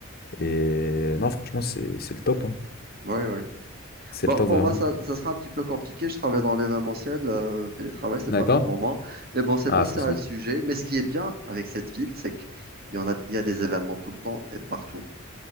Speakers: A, on the left; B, on the right.
A: Et non, franchement, c'est, c'est le top. hein.
B: Oui, oui.
A: C'est
B: Bon,
A: le top
B: pour
A: vraiment.
B: moi, ça, ça sera un petit peu compliqué. Je travaille dans l'événementiel. euh, Le télétravail, c'est
A: D'accord?
B: pas fait pour moi. Mais bon, c'est
A: Ah,
B: pas ça
A: forcément.
B: le sujet. Mais ce qui est bien avec cette ville, c'est qu'il y en a, il y a des événements tout le temps et partout.